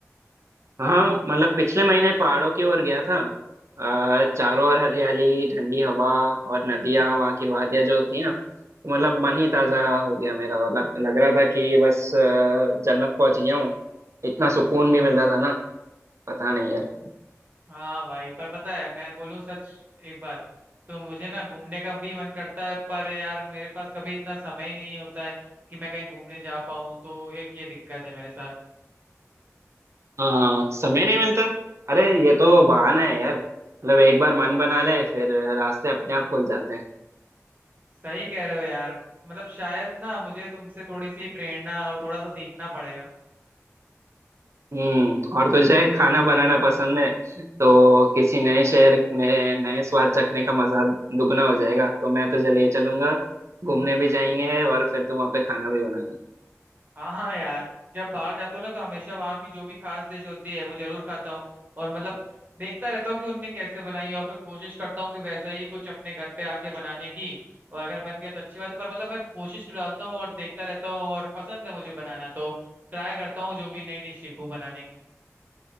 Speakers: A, on the right; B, on the right.
A: हाँ मतलब पिछले महीने पहाड़ों की ओर गया था आ, चारों ओर हरियाली ठंडी हवा और नदियां वहाँ की वादियां जो थी ना तो मतलब मन ही ताजा हो गया मेरा लग, लग रहा था कि बस अ, जन्नत पहुंच गया हूँ इतना सुकून भी मिलता था ना पता नहीं यार
B: हाँ भाई पर पता है मैं बोलूं सच एक बात तो मुझे ना घूमने का भी मन करता है पर यार मेरे पास कभी इतना समय ही नहीं होता है कि मैं कहीं घूमने जा पाऊँ तो एक ये दिक्कत है मेरे साथ
A: हाँ समय नहीं मिलता अरे ये तो बहाना है यार मतलब एक बार मन बना ले फिर रास्ते अपने आप खुल जाते हैं
B: सही कह रहे हो यार मतलब शायद ना मुझे तुमसे थोड़ी सी प्रेरणा और थोड़ा सा सीखना पड़ेगा
A: हम्म और तुझे खाना बनाना पसंद है तो किसी नए शहर में नए स्वाद चखने का मजा दुगना हो जाएगा तो मैं तुझे ले चलूंगा घूमने भी जाएंगे और फिर तू वहाँ पे खाना भी बनाना
B: हाँ हाँ यार जब बाहर जाता हूँ ना तो हमेशा वहाँ की जो भी खास डिश होती है वो जरूर खाता हूँ और मतलब देखता रहता हूँ कि उनने कैसे बनाई है और फिर कोशिश करता हूँ कि वैसा ही कुछ अपने घर पे आके बनाने की और अगर बन गया तो अच्छी बात है पर मतलब मैं कोशिश तो डालता हूँ और देखता रहता हूँ और पसंद है मुझे बनाना तो ट्राई करता हूँ जो भी नई डिश सीखूं बनाने की